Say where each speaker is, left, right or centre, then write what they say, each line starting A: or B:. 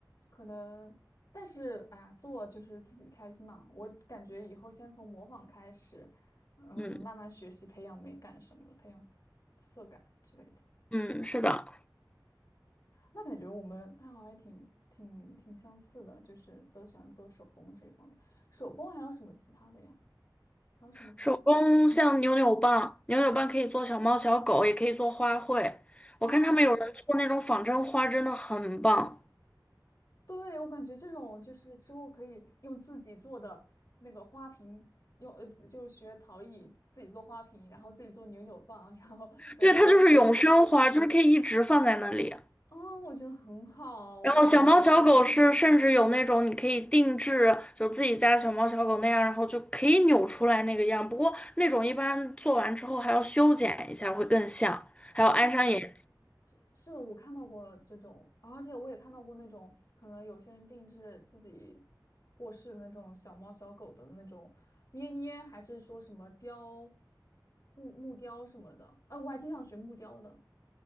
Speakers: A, on the left; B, on the left.
A: 可能，但是哎呀，做就是自己开心嘛。我感觉以后先从模仿开始，嗯，
B: 嗯
A: 慢慢学习培养美感什么的，培养色感之类的。
B: 嗯，是的，
A: 那感觉我们爱好还挺挺挺相似的，就是都喜欢做手工这一方面。手工还有什么其他的呀？还有什么其他类型？
B: 手工像扭扭棒，扭扭棒可以做小猫小狗，也可以做花卉。
A: 啊？
B: 我看他们有人做那种仿真花，真的很棒。
A: 对，我感觉这种就是之后可以用自己做的那个花瓶，用呃就学陶艺自己做花瓶，然后自己做扭扭棒，<laughs> 然后呃做鲜花，
B: 对，它就是永生花，就是可以一直放在那里。
A: 哦，我觉得很好，我感觉这种
B: 然后小猫小狗是甚至有那种你可以定制，就自己家小猫小狗那样，然后就可以扭出来那个样。不过那种一般做完之后还要修剪一下，会更像，还要安上眼
A: 哦是是的，我看到过这种，而且我也看到过那种可能有些人定制自己过世那种小猫小狗的那种捏捏，还是说什么雕木木雕什么的，哎、我还挺想学木雕的。